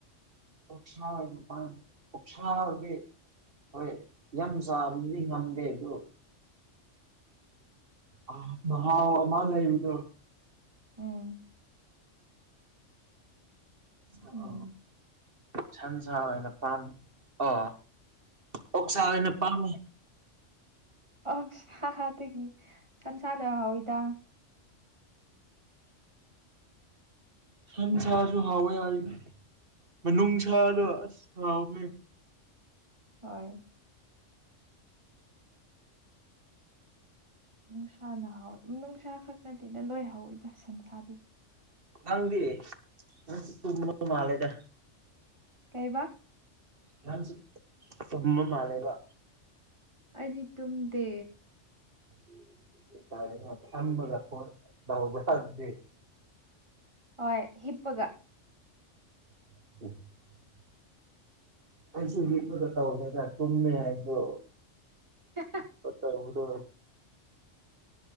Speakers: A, on the right; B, on the right.
A: ꯑꯣꯛꯁꯥ ꯑꯣꯢꯅ ꯄꯥꯝꯃꯤ ꯑꯣꯛꯁꯥ ꯑꯣꯢꯕꯤ ꯍꯣꯏ ꯌꯥꯝ ꯆꯥꯕꯗꯤ ꯉꯝꯗꯦ ꯑꯗꯨ ꯑꯥ ꯃꯍꯥꯎ ꯑꯃ ꯂꯩꯕꯗꯨ
B: ꯑꯣ
A: ꯁꯥꯔꯣ
B: ꯎꯝ
A: ꯁꯟ ꯁꯥ ꯑꯣꯏꯅ ꯄꯥꯝꯃꯤ ꯑꯣ ꯑꯣꯛꯁꯥ ꯑꯣꯏꯅ ꯄꯥꯝꯃꯤ
B: ꯑꯣꯛ ꯁꯥꯗꯒꯤ ꯁꯟꯁꯥꯅ ꯍꯥꯎꯋꯤꯗ
A: ꯁꯟ ꯁꯥꯁꯨ ꯍꯥꯎꯋꯦ ꯑꯩ ꯃꯅꯨꯡ ꯁꯥꯗꯣ ꯑꯁ ꯍꯥꯎꯕꯅꯦ
B: ꯍꯣꯏ ꯅꯨꯡꯁꯥꯅꯍꯥꯎ ꯃꯅꯨꯡꯁꯥ ꯈꯛ ꯅꯠꯇꯦꯗ ꯂꯣꯏ ꯍꯥꯎꯋꯤꯗ ꯁꯟꯁꯥꯗꯤ
A: ꯅꯪꯗꯤ ꯅꯪ ꯇꯨꯝꯃꯕ ꯃꯥꯜꯂꯦꯗ
B: ꯀꯩꯕ
A: ꯅꯪꯁꯨ ꯇꯨꯝꯕ ꯃꯥꯜꯂꯦꯕ
B: ꯑꯩꯗꯤ ꯇꯨꯝꯗꯦ
A: <unintelligible>
B: ꯍꯣꯏ ꯍꯤꯞꯄꯒ
A: <inaudible> ꯑꯩꯁꯨ ꯍꯤꯞꯄꯒ ꯇꯧꯕꯅꯦꯗ ꯇꯨꯝꯃꯦ ꯑꯩꯖꯨ
B: <unintelligible>
A: ꯐꯠꯇꯕꯗꯣ